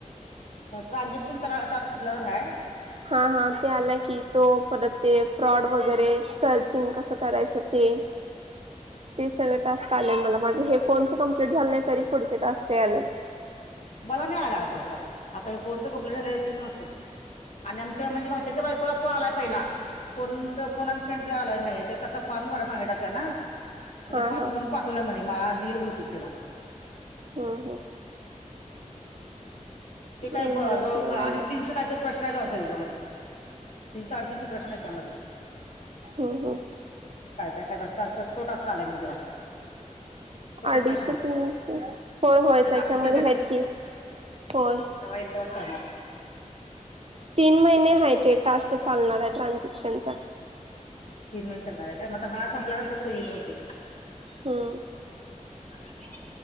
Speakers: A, on the left; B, on the right.
A: ट्रान्झॅक्शन तर टास्क कुठला तर आहेय.
B: हा हा ते आलं की तो परत ते फ्रॉड वगैरे सर्चिंग कसं करायचं ते. ते सगळ टास्क आले मला माझ हे फोनच कम्प्लीट झालं नाही तरी पुढचे टास्क या आल्यात.
A: मला नाही आला तो तासक आता हे फोनच कंप्लेट झालेला येतोय कुणास ठाऊक. आणि आमच्या म्हणजे भाच्याच्या बायकोला तो आलाय पहिला. फोनच फोन आणि फ्रेंड आला नाही तर कसा. फॉर्म भरा सांगात त्या ना
B: हा
A: ते फॉर्म
B: हा
A: भरून पाठवल्या म्हणे म आजल भतेक तिला.
B: हा हा,
A: ते काय
B: नाही
A: पा
B: मला
A: जवळ
B: कळला
A: अडीच
B: नाही
A: तीनशे काय तर. प्रश्न आहेत वाटतं याच्यामध्ये तीनशे साडेतीनशे प्रश्न आहेत त्यामध्ये.
B: हम्म हम्
A: काय काय काय तसत तो टास्क आलाय म्हण तिला. तो
B: अडीचशे
A: कसला कोण असतो
B: तीनशे होय
A: त्याचा
B: होय त्याच्यामध्ये
A: अभ्यास
B: आहेत की होय.
A: केव्हा येईल तेव्हाच कळणार.
B: तीन महिने ह ते टास्क चालणार आहे ट्रान्झॅक्शनचा.
A: तीन महिने चालणार आहे काय मग हा संपल्यानंतर तोईल बहुतेक.
B: हम.
A: ह <inaudible>